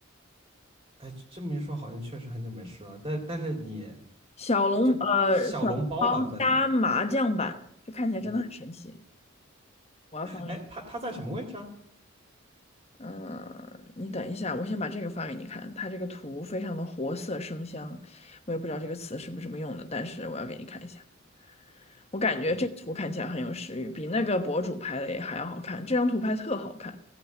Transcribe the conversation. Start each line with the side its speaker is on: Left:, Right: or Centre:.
Right: 哎，这么一说，好像确实很久没吃了。但但是你
Left: 小笼呃小笼包加麻酱版，
Right: 就小笼包版本，
Left: 这看起来真的很神奇。
Right: 我
Left: 我要发给你，
Right: 哎，它它在什么位置啊？
Left: 嗯、你等一下，我先把这个发给你看，它这个图非常的活色生香，我也不知道这个词是不是这么用的，但是我要给你看一下。我感觉这个图看起来很有食欲，
Right: 嗯，
Left: 比那个博主拍的也还要好看。这张图拍特好看，